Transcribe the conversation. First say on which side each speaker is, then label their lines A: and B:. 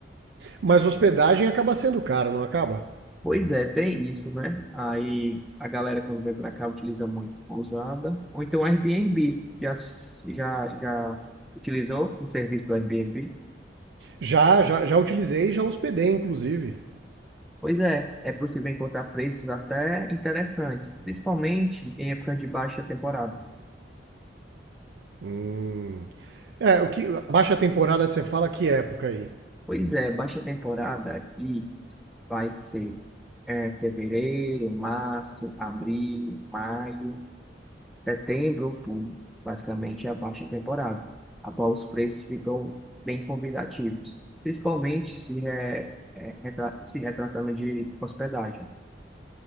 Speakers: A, on the right; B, in the centre.
A: Mas hospedagem acaba sendo caro, não acaba?
B: Pois é, tem isso, né? Aí a galera quando vem para cá utiliza muito pousada, ou então Airbnb. Já, já, já utilizou o serviço do Airbnb?
A: Já, já, já utilizei, e já hospedei, inclusive.
B: Pois é, é possível encontrar preços até interessantes, principalmente em épocas de baixa temporada.
A: Hum. É, o que, a baixa temporada você fala que época aí?
B: Pois é, baixa temporada aqui vai ser é, fevereiro, março, abril, maio. Setembro, outubro, basicamente é a baixa temporada, a qual os preços ficam bem convidativos, principalmente se, re- é, retra- se retratando de hospedagem.